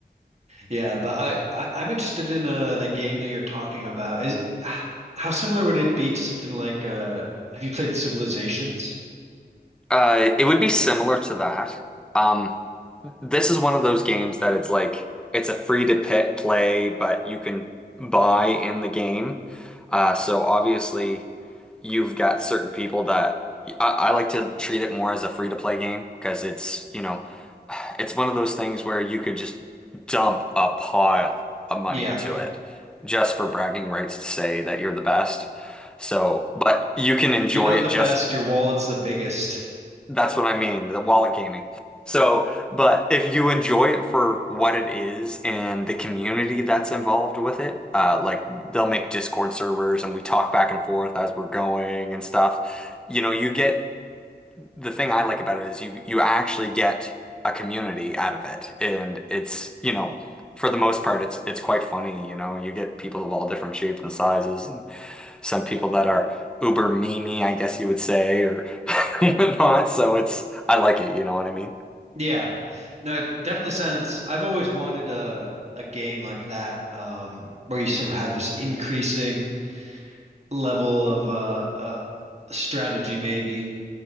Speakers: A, on the right (about 40°); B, in the centre.
A: yeah. But I, I I'm interested in uh that game that you're talking about. Is how similar would it be to something like uh have you played Civilizations?
B: Uh, it would be similar to that. Um, this is one of those games that it's like it's a free to pit play, but you can buy in the game. Uh, so obviously, you've got certain people that I, I like to treat it more as a free to play game because it's you know it's one of those things where you could just dump a pile of money
A: Yeah,
B: into it just for bragging rights to say that you're the best. So, but you can enjoy
A: you're not
B: it
A: the
B: just
A: best. Your wallet's the biggest.
B: that's what I mean, the wallet gaming. So, but if you enjoy it for what it is and the community that's involved with it, uh, like they'll make Discord servers and we talk back and forth as we're going and stuff. You know, you get the thing I like about it is you you actually get a community out of it, and it's you know for the most part it's it's quite funny. You know, you get people of all different shapes and sizes, and some people that are uber memey, I guess you would say, or <laughs> whatnot. So it's, I like it, you know what I mean?
A: Yeah. No, it definitely sounds I've always wanted a a game like that um where you sort of have this increasing level of uh uh strategy maybe.